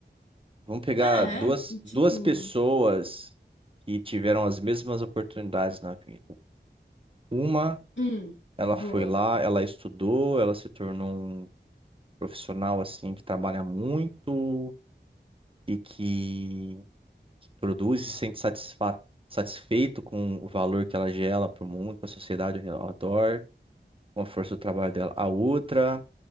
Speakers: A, on the right; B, on the left.
A: Vamos pegar
B: é,
A: duas,
B: tipo,
A: duas pessoas que tiveram as mesmas oportunidades na vida. Uma,
B: hum,
A: ela
B: boa.
A: foi lá, ela estudou, ela se tornou um profissional assim que trabalha muito e que, que produz e se sente satisfa satisfeito com o valor que ela gera para o mundo, para a sociedade ao redor, com a força do trabalho dela. A outra,